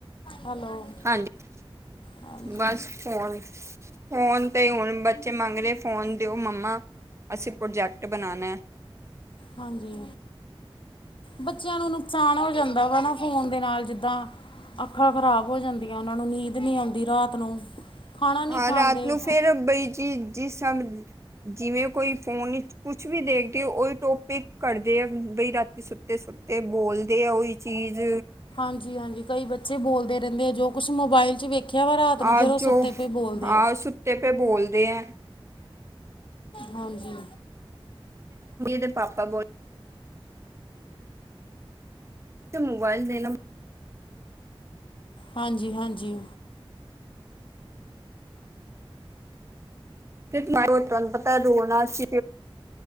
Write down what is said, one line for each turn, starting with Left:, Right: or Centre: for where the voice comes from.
Left: ਹੈਲੋ।
Right: ਹਾਂਜੀ
Left: ਹਾਂਜੀ
Right: ਬਸ ਫੋਨ-ਫੋਨ 'ਤੇ ਹੁਣ। ਬੱਚੇ ਮੰਗਦੇ, ਫੋਨ ਦਿਓ ਮੰਮਾ, ਅਸੀਂ ਪ੍ਰੋਜੈਕਟ ਬਣਾਉਣਾ ਏ।
Left: ਹਾਂਜੀ। ਬੱਚਿਆਂ ਨੂੰ ਨੁਕਸਾਨ ਹੋ ਜਾਂਦਾ ਵਾ ਨਾ ਫੋਨ ਦੇ ਨਾਲ, ਜਿੱਦਾਂ। ਅੱਖਾਂ ਖ਼ਰਾਬ ਹੋ ਜਾਂਦੀਆਂ। ਉਹਨਾਂ ਨੂੰ ਨੀਂਦ ਨਹੀਂ ਆਉਂਦੀ ਰਾਤ ਨੂੰ। ਖਾਣਾ ਨਹੀਂ
Right: ਹਾਂ
Left: ਖਾਂਦੇ
Right: ਰਾਤ ਨੂੰ ਫਿਰ ਬਈ ਜੀ ਜੀ ਸਭ ਜਿਵੇਂ ਕੋਈ ਫੋਨ। ਕੁਝ ਵੀ ਦੇਖਦੇ ਹੋ, ਉਹੀ ਟੌਪਿਕ ਕਰਦੇ ਆ ਬਈ। ਸੁੱਤੇ ਸੁੱਤੇ ਬੋਲਦੇ ਆ ਉਹੀ ਚੀਜ਼।
Left: ਹਾਂਜੀ ਹਾਂਜੀ, ਕਈ ਬੱਚੇ ਬੋਲਦੇ ਰਹਿੰਦੇ ਆ ਜੋ ਕੁਛ ਮੋਬਾਇਲ 'ਚ। ਵੇਖਿਆ ਵਾ ਰਾਤ ਨੂੰ
Right: ਹਾਂ
Left: ਫਿਰ ਉਹ
Right: ਜੋ
Left: ਸੁੱਤੇ ਪਏ ਬੋਲਦੇ
Right: ਹਾਂ
Left: ਆ
Right: ਸੁੱਤੇ ਪੇ ਬੋਲਦੇ ਹੈ।
Left: ਹਾਂਜੀ।
Right: ਤੇ ਪਾਪਾ ਬੋਲ। ਮੋਬਾਈਲ ਨ
Left: ਹਾਂਜੀ-ਹਾਂਜੀ।
Right: ਨਹੀਂ, ਤਹਾਨੁੰ ਪਤਾ ਰੋਣਾ ਸੀ।